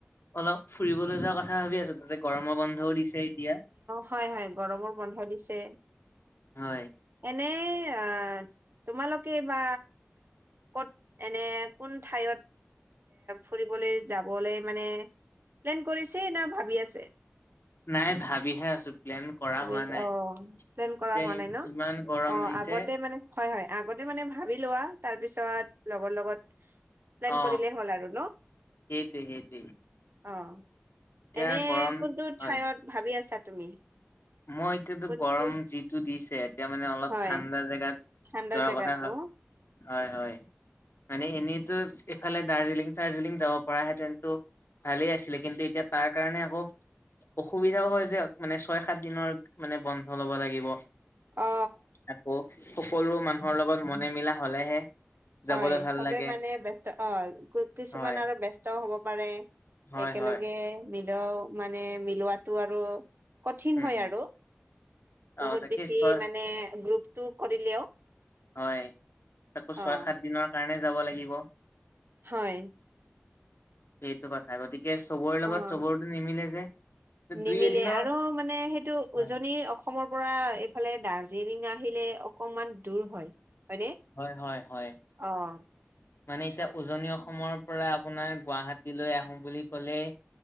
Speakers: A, on the left; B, on the right.
A: অলপ ফুৰিবলৈ যোৱা কথা ভাবি আছো তাতে গৰমৰ বন্ধও দিছে এতিয়া।
B: হয়-হয় গৰমৰ বন্ধ দিছে
A: হয়।
B: এনেই আঁ তোমালোকে বা ক'ত এনে কোন ঠাইঅত ফুৰিবলৈ যাবলৈ মানে, প্লেন কৰিছে না ভাবি আছে?
A: নাই ভাবিহে আছো। প্লেন কৰা
B: ভাবি
A: হোৱা
B: আছে
A: নাই
B: অ, প্লেন কৰা
A: এতিয়া
B: হোৱা
A: ই
B: নাই ন
A: ইমান গৰম
B: অ,
A: দিছে
B: আগতে মানে হয় হয়, আগতে মানে ভাবি লোৱা তাৰ পিছত লগৰ লগত প্লেন
A: অ
B: কৰিলে হ'ল আৰু ন,
A: সেইটোৱে সেইটোৱে
B: অঁ।
A: এতিয়া
B: এনেই
A: গৰম
B: কোনটো
A: হয়
B: ঠাইঅত ভাবি আছা তুমি?
A: মই এতিয়াতো
B: কোনটো
A: গৰম যিটো দিছে এতিয়া মানে অলপ
B: হয়
A: ঠাণ্ডা জেগাত
B: ঠাণ্ডা
A: যোৱাৰ
B: জেগাত
A: কথা
B: মোৰ
A: ভা হয় হয় মানে এনেইতো এইফালে দাৰ্জিলিং চাৰ্জিলিং যাব পৰা হেঁতেনটো ভালেই আছিলে, কিন্তু এতিয়া তাৰ কাৰণে আকৌ অসুবিধাও হয় যে মানে ছয় সাত দিনৰ মানে বন্ধ ল'ব লাগিব।
B: অ
A: আকৌ সকলো মানুহৰ লগত মনে মিলা হলেহে যাবলৈ
B: হয়,
A: ভাল
B: চবে
A: লাগে
B: মানে ব্যস্ত অ, কিছুমান
A: হয়
B: আৰু ব্যস্ত হব পাৰে।
A: হয়
B: একেলগে
A: হয়
B: মিলও মানে মিলোৱাতটো আৰু কঠিন
A: উম
B: হয় আৰু।
A: অ
B: বহুত
A: তাকে
B: বেছি
A: ছয়
B: মানে গ্ৰুপটো কৰিলেও
A: হয়, তাকো
B: অ'
A: ছয় সাত দিনৰ কাৰণে যাব লাগিব।
B: হয়।
A: সেইটো কথা গতিকে চবৰে
B: অ'
A: লগত চবৰটো নিমিলে যে।
B: নিমিলে
A: দুই এদিনৰ
B: আৰু মানে সেইটো
A: হয়
B: উজনিৰ অসমৰ পৰা এইফালে দাৰ্জিলিং আহিলে অকনমান দূৰ হয়। হয়নে?
A: হয় হয় হয়।
B: অ'
A: মানে এতিয়া উজনি অসমৰ পৰা আপোনাৰ গুৱাহাটীলৈ আহো বুলি ক'লেই